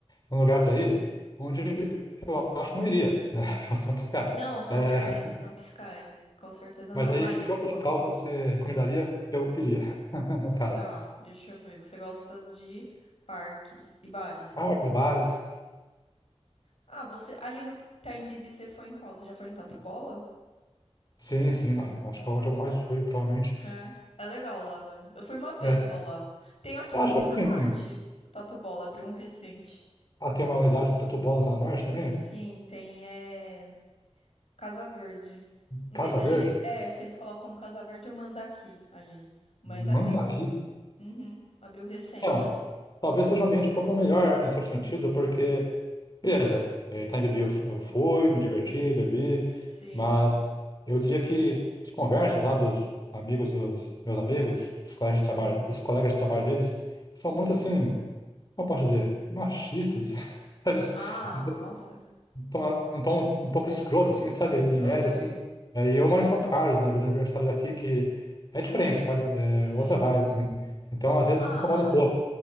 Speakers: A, on the left (about 35°); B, on the left (about 65°).
A: um lugar para ir onde
B: Sim.
A: eu acho que não iria, né? <laughs> Eu sou um piscar.
B: Não, com
A: É,
B: certeza, Sampisky. Com certeza
A: mas
B: não.
A: aí,
B: Mas,
A: que outro local você recomendaria que eu iria, <laughs> no caso?
B: tá, deixa eu ver. Você gosta de parques e bares?
A: Ah, os bares.
B: Ah, você ali no Time Bibi você foi em qual? Você já foi no Tatu Bola?
A: Sim, sim, não, acho que é onde eu mais fui, provavelmente.
B: É, é legal lá, né? Eu fui uma vez
A: É,
B: só lá. Tenho aqui
A: eu
B: na
A: acho
B: Zona
A: que assim,
B: Norte. O Tatu Bola abriu um recente.
A: ah, tem uma unidade do Tatu Bolas lá no norte também,
B: Sim, tem é, Casa Verde. Não
A: Casa
B: sei se ele
A: Verde,
B: é, se eles colocam como Casa Verde ou Mandaki ali, mas
A: manda
B: abriu.
A: aqui.
B: Uhum, abriu recente.
A: Então, talvez seja um ambiente um pouco melhor, em certo sentido, porque, beleza, eh, tá em bebi eu fu- eu fui, me diverti, bebi,
B: Sim.
A: mas eu diria que as conversas lá dos amigos dos meus amigos, dos colegas de trabalho, dos colegas de trabalho deles, são muito assim, como eu posso dizer, machistas, <laughs> sabe?
B: Ah,
A: Um
B: nossa.
A: tom um tom um pouco escroto, assim, sabe? Em
B: Aham.
A: média, assim. Eh, E eu moro em São Carlos, na vida universitária daqui, que é diferente, sabe? É
B: Sim.
A: outra vibe, assim. Então, às vezes
B: Ah,
A: me incomoda um pouco.